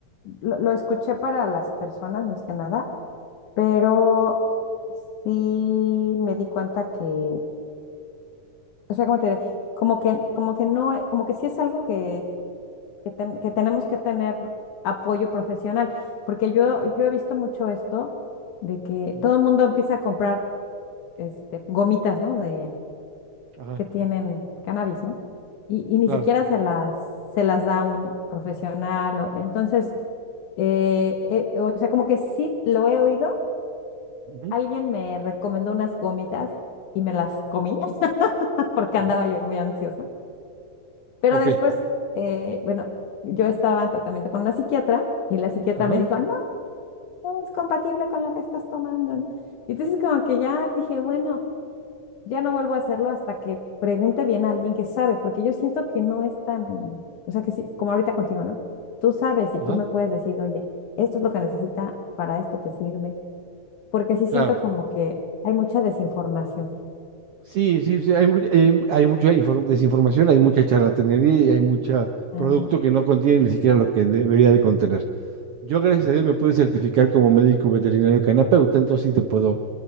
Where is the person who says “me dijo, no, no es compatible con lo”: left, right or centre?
Left